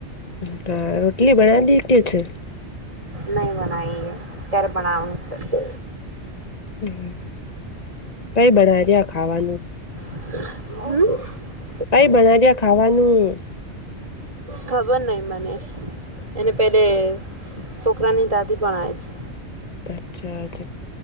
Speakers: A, on the left (about 35°); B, on the right (about 30°).
A: <inaudible> રોટલી બના દી કે છે?
B: નહી બનાઈ એ તારે બનવાનું છે.
A: હમ્મ, કઈ બના રહ્યા ખાવાનું.
B: હમ્મ.
A: કઈ બનાર્યા ખાવાનું?
B: ખબર નઇ મને એને પેલે સોકરાની દાદી પણ આઈ સે
A: <unintelligible>